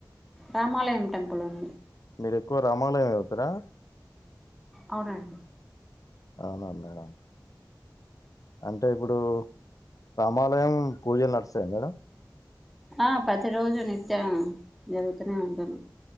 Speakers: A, in the centre; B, on the left (about 50°).
A: రామాలయం టెంపుల్ ఉంది
B: మీరు ఎక్కువ రామాలయం వెళ్తారా
A: అవునండి
B: అవునా మేడమ్ అంటే ఇప్పుడు రామాలయం పూజలు నడుస్తాయి మేడం
A: ఆ ప్రతి రోజు నిత్య జరుగుతూనే ఉంటుంది